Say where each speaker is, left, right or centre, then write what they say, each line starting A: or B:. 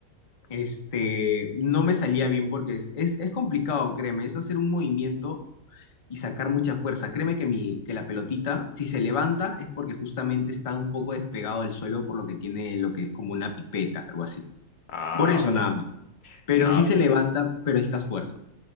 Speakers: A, on the left; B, on the left.
A: este, no me salía bien porque es, es, es complicado, créeme, es hacer un movimiento y sacar mucha fuerza. Créeme que, mi, que la pelotita, si se levanta, es porque justamente está un poco despegado del suelo por lo que tiene lo que es como una pipeta, algo así.
B: Ah,
A: Por eso
B: ok.
A: nada más. Pero
B: Nada,
A: sí se levanta, pero necesitas fuerza.